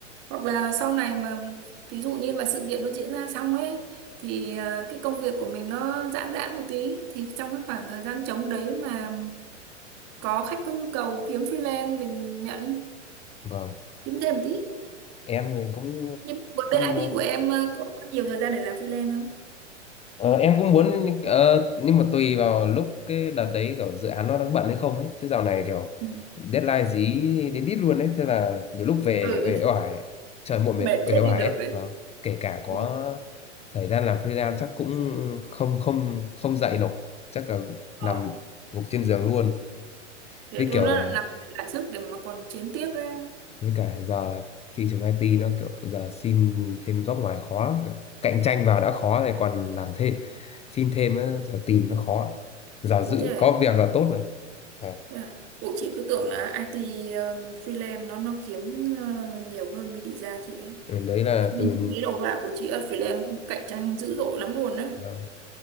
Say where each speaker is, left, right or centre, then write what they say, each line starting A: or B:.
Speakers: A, on the right (about 40°); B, on the left (about 15°).
A: hoặc là sau này mà thí dụ như mà sự kiện nó diễn ra xong ấy thì à, cái công việc của mình nó giãn giãn một tí thì trong cái khoảng thời gian trống đấy mà có khách có nhu cầu kiếm freelance mình nhận
B: vâng
A: kiếm thêm tí
B: em thì cũng
A: nhưng mà
B: cũng
A: bên
B: muốn
A: IT của em à, có nhiều thời gian để làm freelance không
B: Ờ, em cũng muốn nhưng ờ, nhưng mà tùy vào lúc cái đợt đấy kiểu dự án nó đang bận hay không ấy chứ dạo này kiểu
A: Ừ.
B: deadline dí đến đít luôn ấy thế là nhiều lúc về
A: ừ
B: uể oải trời muộn
A: <laughs> mệt
B: mệt uể
A: chết
B: oải
A: đi được
B: ấy
A: đấy
B: vâng kể cả có
A: đúng
B: thời gian làm freelance chắc cũng không không không dậy nổi chắc là
A: ờ
B: nằm gục trên giường luôn
A: thế
B: với
A: tôi
B: kiểu
A: nó lại làm lại sức để mà còn chiến tiếp ấy.
B: với cả giờ thị trường IT nó kiểu giờ xin thêm job ngoài khó lắm kiểu cạnh tranh vào đã khó rồi còn làm thêm xin thêm nữa, giờ tìm nó khó giờ giữ
A: Ủa thế là
B: có việc là tốt rồi Ờ,
A: À, Bộ chị cứ tưởng là IT ờ, freelance nó nó kiếm ờ, nhiều hơn bên design chị á.
B: ừ, đấy là
A: Chị mình
B: từ
A: thấy cái đầu vào của chị ở freelance cũng cạnh tranh dữ dội lắm luôn đấy.
B: ờ,